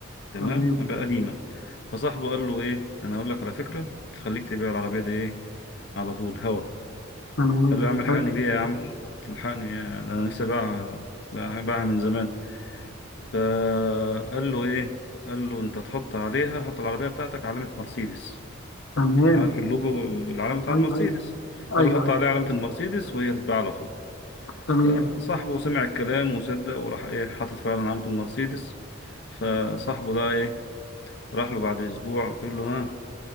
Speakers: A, on the left (about 55°); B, on the left (about 90°).
A: تمام
B: تمام
A: بقى قديمة فصاحبه قال له ايه انا اقول لك على فكرة تخليك تبيع العربية دي ايه على طول هوا
B: تمام
A: قال له يا عم الحقني
B: حلو.
A: بيها يا عم الحقني إيه؟ ده انا لسه باعها باعها من زمان فقال له ايه قال له انت تحط عليها حط العربية بتاعتك علامة مرسيدس
B: تمام
A: عارف اللوجو العلم بتاع
B: ايوه
A: المرسيدس
B: ايوه
A: قال
B: ايوه
A: له حط
B: أيوه.
A: عليه علامة المرسيدس وهي تتباع على طول
B: تمام
A: فصاحبه سمع الكلام وصدق وراح ايه حاطط فعلا علامة المرسيدس فصاحبه ده ايه راح له بعد اسبوع بيقول له ها